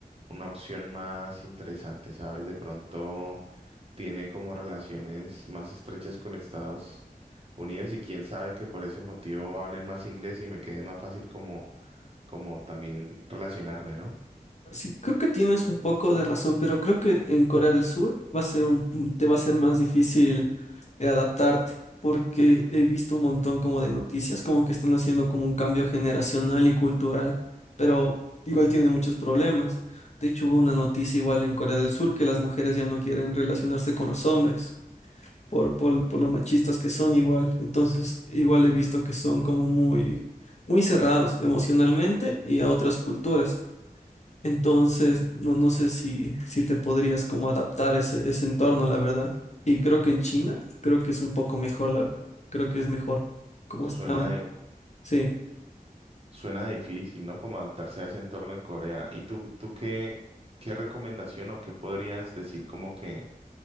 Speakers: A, on the right; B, on the left.
A: una opción más interesante, ¿sabes? De pronto tiene como relaciones más estrechas con Estados Unidos y quién sabe que por ese motivo hablen más inglés y me quede más fácil como, como también relacionarme, ¿no?
B: Pues Sí, creo que tienes un poco de razón, pero creo que en Corea del Sur va a ser un, te va a ser más difícil eh, adaptarte, porque he visto un montón como de noticias, como que están haciendo como un cambio generacional y cultural, pero igual tienen muchos problemas. De hecho, hubo una noticia igual en Corea del Sur que las mujeres ya no quieren relacionarse con los hombres por, por, por los machistas que son igual. Entonces, igual he visto que son como muy, muy cerrados emocionalmente y a otras culturas. Entonces, no, no sé si, si te podrías como adaptar a ese, ese entorno, la verdad. Y creo que en China, creo que es un poco mejor, la- creo que es mejor como
A: Suena
B: están. Sí.
A: Suena difícil, ¿no? Como adaptarse a ese entorno en Corea. ¿Y tú, tú qué, qué recomendación o qué podrías decir como que